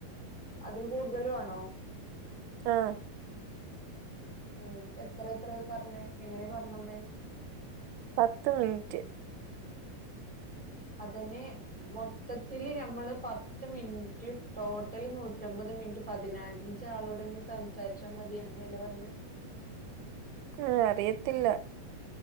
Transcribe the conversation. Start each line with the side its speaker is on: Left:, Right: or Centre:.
Centre: അതിൽ കൂടുതല് വേണോ
Right: ആഹ്
Centre: ഏഹ് എത്ര എത്രയാ പറഞ്ഞേ എങ്ങനെയാ പറഞ്ഞന്ന്
Right: പത്ത് മിനിറ്റ്
Centre: അതന്നെ മൊത്തത്തിൽ ഞമ്മള് പ ത്ത് മിനിറ്റ് ടോട്ടൽ നൂറ്റിഅമ്പത് മിനിറ്റ് പതിനഞ്ച്ആളോടെൻ സം സാരിച്ചാ മതി അങ്ങനെയല്ലേ പറഞ്ഞേ
Right: ഉം അറിയത്തില്ല